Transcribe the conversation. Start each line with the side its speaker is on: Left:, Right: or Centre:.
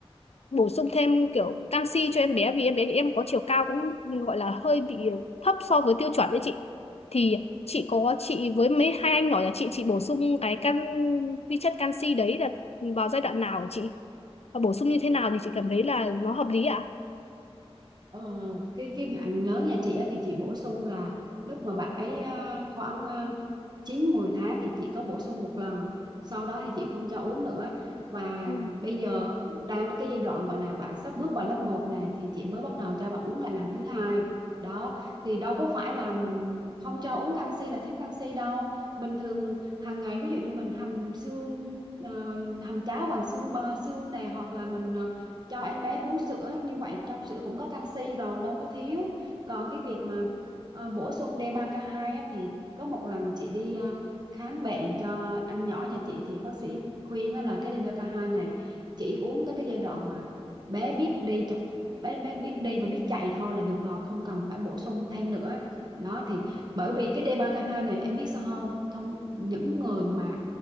Left: bổ sung thêm kiểu canxi cho em bé vì em bé em có chiều cao cũng gọi là hơi bị thấp so với tiêu chuẩn đấy chị. Thì chị có chị với mấy hai anh nhỏ nhà chị chị bổ sung cái can vi chất canxi đấy là vào giai đoạn nào hả chị? Và bổ sung như thế nào thì chị cảm thấy là nó hợp lý ạ?
Right: Ờ, cái cái bạn lớn nhà chị á, thì chị bổ sung là lúc mà bạn ấy à, khoảng à, 9 10 tháng thì chị có bổ sung một lần, sau đó thì chị không cho uống nữa. Và
Left: Ừ,
Right: bây giờ đang cái giai đoạn gọi là bạn sắp bước vào lớp một nè thì chị mới bắt đầu cho bạn uống lại lần thứ hai. Đó, thì đâu có phải là mình không cho uống canxi là thiếu canxi đâu. Bình thường hàng ngày ví dụ như mình hầm xương ờ, hầm cháo bằng xương bò xương này hoặc là mình ờ, cho em bé uống sữa như vậy trong sữa cũng có canxi rồi đâu có thiếu còn cái việc mà ờ, bổ sung D3K2 á, thì có một lần chị đi ờ, khám bệnh cho anh nhỏ nhà chị thì bác sĩ khuyên á là cái D3K2 này chỉ uống tới cái giai đoạn mà bé biết đi chập bé bé biết đi và biết chạy thôi là được rồi không cần phải bổ sung thêm nữa đó thì bởi vì cái D3K2 này em biết sao không thông những người mà